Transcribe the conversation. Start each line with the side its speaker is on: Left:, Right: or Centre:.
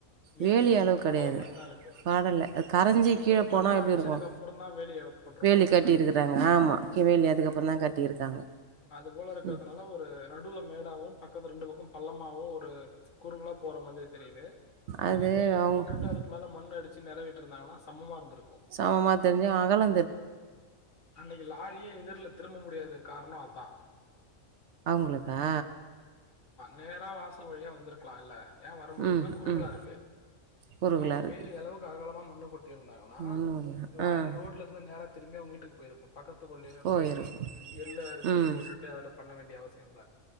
Left: வேலியில
Right: வேலி அளவு
Left: மண்ணு
Right: கெடையாது
Left: படாத மாரிதா இருக்கு
Right: பாடல்ல அது கரஞ்சி கீழ
Left: இவ்ங்க
Right: போனா
Left: மண்ண
Right: எப்டி
Left: அடிச்சதுக்கப்பறந்தா
Right: இருக்கு
Left: வேலிய போட்டிருப்பாங்க
Right: வேலி கட்டிருக்குறாங்க
Left: போல.
Right: ஆமா இ வேலி அதுக்கப்பறந்தா கட்டியிருக்காங்க
Left: அதுப் போல இருக்குறதுனால
Right: ம்
Left: ஒரு நடுவுல மேடாவு பக்கத்து ரெண்டு பக்கொ பள்ளமாவு ஒரு அ குறுகலா போற மாதிரி தெரியிது இதுவே
Right: அது
Left: வேலி
Right: அவங்க
Left: போட்டுட்டா அதுக்கு மேல மண்ணடி ச்சி நெறவிட்ருந்தாங்கனா சமமா இருந்துருக்
Right: சமமா தெரிஞ்சு அகலொ
Left: அன்னக்கி லாரியே எதுர்ல திரும்ப முடியாதுக் கார்ணொ அதா
Right: அவ்ங்களுக்கா
Left: நேரா வாசல் வழியா வந்த்ருக்கலா இல்ல ஏ வர முடியலன்னா
Right: ம்
Left: குறுகலா
Right: ம்
Left: இருக்கு
Right: குறுகலா
Left: அவ்ங்க
Right: இருக்கு
Left: வேலி அளவுக்கு அகலமா மண்ண கொட்டியிருந்தாங்கன்னா
Right: மண்ணு
Left: லாரி
Right: ஆ
Left: ரோட்ல இருந்து நேரா திரும்பி அவ்ங்க வீட்டுக் போய்ருக்கு பக்கத்து கொள்ளைல
Right: போயிருக்கும்
Left: போய்ட்டு எள்ள அறுத்து
Right: ம்
Left: போட்டுட்டு அதுல பண்ண வேண்டிய அவசியொ இல்ல